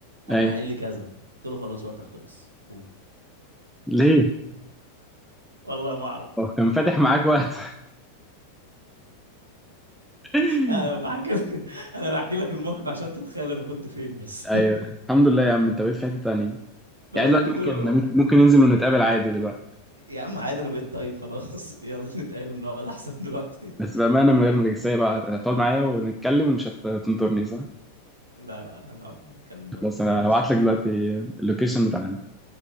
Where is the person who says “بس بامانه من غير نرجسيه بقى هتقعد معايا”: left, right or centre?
Centre